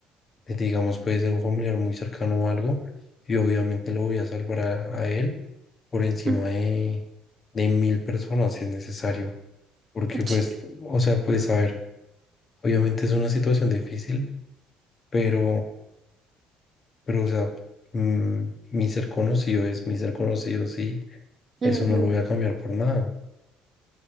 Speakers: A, on the left; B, on the right.
A: eh, digamos, puede ser un familiar muy cercano o algo, y obviamente lo voy a salvar a, a él por encima
B: yo- Mm,
A: de, de mil personas si es necesario. Porque, pues,
B: sí,
A: o sea, pues, saber Obviamente es una situación difícil, pero, pero o sea, mm, mi ser conocido es mi ser conocido, sí,
B: ujú,
A: eso no lo voy a cambiar por nada.